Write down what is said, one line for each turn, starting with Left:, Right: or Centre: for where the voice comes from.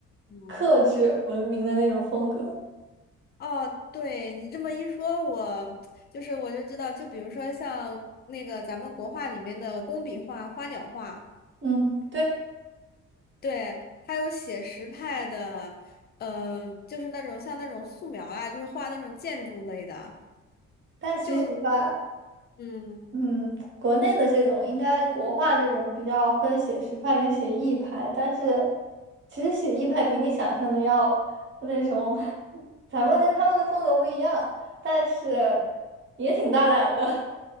Left: 嗯，
Right: 克制文明的那种风格。
Left: 哦，对你这么一说，我就是我就知道，就比如说像那个咱们国画里面的工笔画、花鸟画，
Right: 嗯，对。
Left: 对，还有写实派的，嗯、就是那种像那种素描啊，就是画那种建筑类的，
Right: 但其实吧，
Left: 就嗯
Right: 嗯，国内的这种应该国画这种比较分写实派跟写意派，但是其实写意派比你想象的要那种，<laughs> 咱们跟他们的风格不一样，但是
Left: 嗯，
Right: 也挺大胆的。